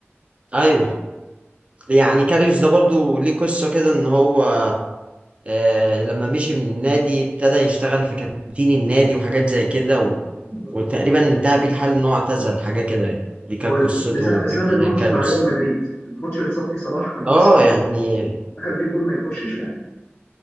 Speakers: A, on the right; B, on the left.
A: ايوه يعني كاريوس ده برضو ليه قصة كده ان هو آه لما مشي من النادي ابتدى يشتغل في كانتين النادي وحاجات زي كده و...
B: يا نهار
A: وتقريبا
B: أبيض.
A: انتهى بيه الحال ان هو اعتزل حاجة كده يعني دي كانت
B: هو ال-
A: قصته
B: بسبب بسبب
A: في آه
B: الماتش
A: كاريوس
B: بتاع ريال مدريد الماتش اللي اتصاب فيه صلاح كان هو
A: اه
B: السبب
A: يعني
B: دخل فيه جون ما يخشش يعني